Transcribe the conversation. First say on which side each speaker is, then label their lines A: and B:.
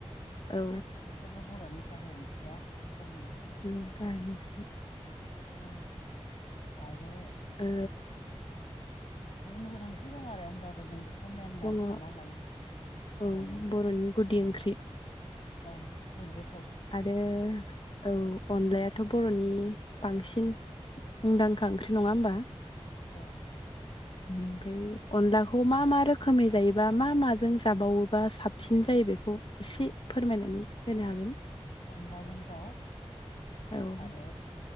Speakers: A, on the left (about 50°); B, on the left (about 75°).
A: औ।
B: बेफोरनो बर'नि गाहाय ओंख्रिया जोंनि।
A: <unintelligible>
B: ओम आरो
A: ओ
B: गुबुन गुबुन ओंख्रि दं आरो होमबाबो जों बेखौ मेन होननानै
A: दङ
B: सानना लायो। बर'नि
A: औ बर'नि गुदि ओंख्रि।
B: ओ जेंगोद।
A: आरो औ अनलायाथ' बर'नि बांसिन मुंदांखा ओंख्रि नङा होमबा?
B: औ औ
A: ओमफ्राय अनलाखौ मा मा रोखोमै जायोबा मा माजों जाबावोबा साब फिन जायो बेखौ एसे फोरमायनानै होनो हागोन?
B: अनलाजों दाउ।
A: औ
B: आरो